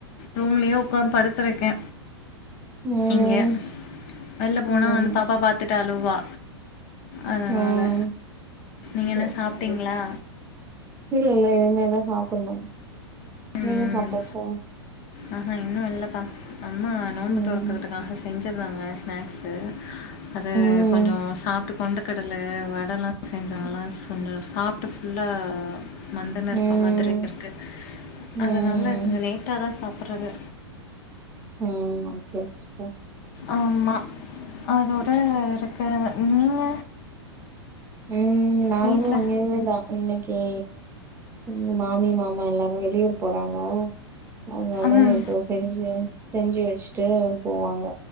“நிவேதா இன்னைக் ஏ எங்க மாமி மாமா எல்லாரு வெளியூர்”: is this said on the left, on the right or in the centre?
Right